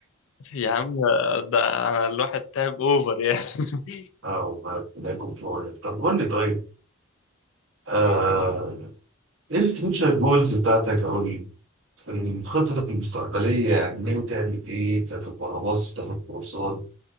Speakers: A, on the left; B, on the right.
A: يا عم ده انا الواحد تعب اوفر يعني <laughs>
B: اه والله ربنا يكون في عونك طب قول لي طيب آه
A: ايه يا حبيبي
B: ايه الفيوتشر جولز بتاعتك او ال- خطتك المستقبلية يعني ناوي تعمل ايه تسافر بره مصر تاخد كورسات